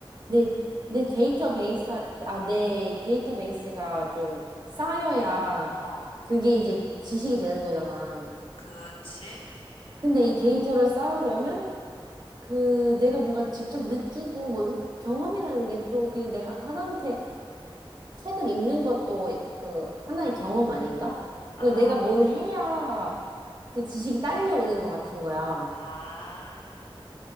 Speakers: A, on the right; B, on the left.
A: 내, 내 데이터베이스, 할- 아, 내 데이터베이스가 좀 쌓여야
B: 어,
A: 그게 이제 지식이 되는 거잖아.
B: 그치?
A: 근데 이 데이터를 쌓으려면 그 내가 뭔가 직접 느끼고 뭐 경험이라는 게 또 그냥 내가 하다못해 책을 읽는 것도 그 하나의 경험 아닌가?
B: 아,
A: 뭐 내가 뭘 해야 그 지식이 딸려오는 것 같은 거야.
B: 아,